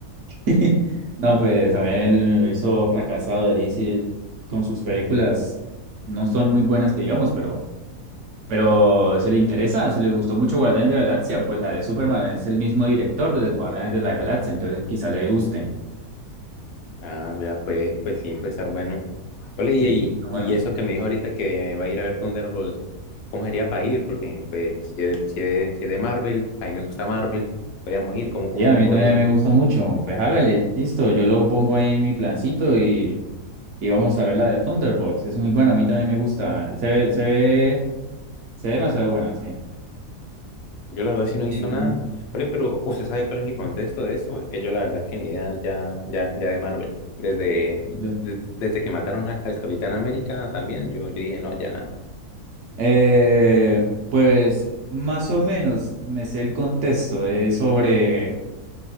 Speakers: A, on the right; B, on the left.
A: <laughs> No, pues también el universo fracasado de DC con sus películas no son muy buenas que digamos, pero, pero si le interesa, si le gustó mucho Guardianes de la Galaxia, pues la de Superman es el mismo director de los Guardianes de la Galaxia, entonces quizá le guste.
B: Ah, vea, pues, pues sí, puede estar bueno. Ole,
A: Sí,
B: y, y,
A: está bueno.
B: y eso que me dijo ahorita que va a ir a ver Thunderbolts, ¿cómo sería para ir? Porque, pues, si es, de- si es de si es de Marvel, a mí me gusta Marvel, podríamos ir, ¿cómo, cómo,
A: Sí, a
B: cómo
A: mí también
B: ve eso?
A: me gusta mucho. Pues hágale, listo, yo lo pongo ahí en mi plancito y, y vamos a ver la de Thunderbolts. Es muy buena, a mí también me gusta. Se ve, se ve, se ve demasiado buena, sí.
B: Yo la verdad sí no he visto
A: Sí, uno.
B: nada. Ole, pero ¿usted sabe cuál es el contexto de eso? Es que yo la verdad es que ni idea ya, ya, ya de Marvel. Desde,
A: <laughs>
B: de- desde que mataron a- al Capitán América también, yo, yo dije, no, ya nada.
A: Eh, pues más o menos me sé el contexto. Es sobre,